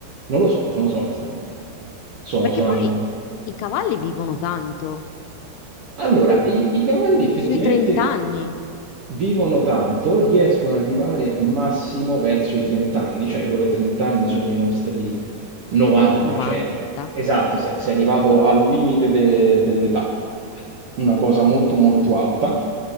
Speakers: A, on the right; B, on the left.
A: Non lo so, non lo so onestamente. Sono,
B: Perché
A: sono
B: poi
A: anni.
B: i cavalli vivono tanto,
A: Allora, i, i cavalli effettivamente
B: sui 30 anni,
A: vivono tanto, riescono ad arrivare massimo verso i 30 anni, cioè i loro 30 anni sono i nostri 90,
B: 90,
A: cioè, esatto, sei, sei arrivato al limite de- dell'età, una cosa molto molto alta.